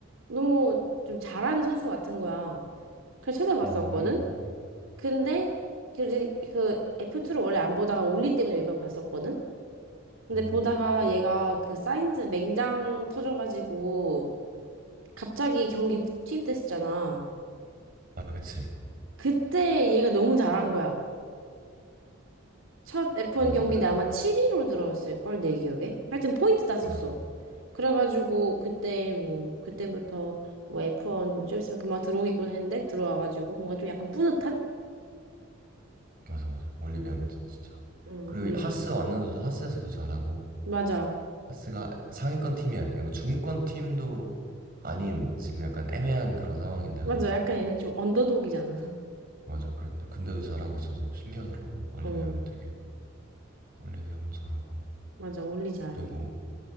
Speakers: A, on the right; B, on the right.
A: 너무 좀 잘하는 선수 같은 거야. 그래서 찾아봤었거든?
B: 음,
A: 근데, 그, 그 F2를 원래 안 보다가 올리 때문에 몇 번 봤었거든? 근데
B: 오.
A: 보다가 얘가 그 사인즈 맹장 터져가지고 갑자기 경기 투입됐었잖아.
B: 아, 그치.
A: 그때 얘가 너무 잘한 거야. 첫 F1
B: 맞아,
A: 경기인데
B: 맞아.
A: 아마 7위로 들어왔을걸, 내 기억에? 하여튼 포인트 땄었어.
B: 맞아.
A: 그래가지고 그때 뭐, 그때부터 뭐 F1 좀 있으면 금방 들어오겠구나 했는데 들어와가지고 뭔가 좀 약간 뿌듯한?
B: 맞아, 맞아. 올리베어는 진짜.
A: 응,
B: 그리고
A: 우리.
B: 하스 왔는데도 하스에서도 잘하고,
A: 맞아.
B: 하스가 상위권 팀이 아니고 중위권 팀도 아닌 지금 약간 애매한 그런 상황인데도,
A: 맞아. 약간 얘네 좀 언더독이잖아.
B: 맞아. 근데, 근데도 잘하고 있어서 신기하더라고.
A: <laughs>
B: 올리베어는
A: 어,
B: 되게, 올리베어는 잘하고.
A: 맞아. 올리 잘해.
B: 그리고,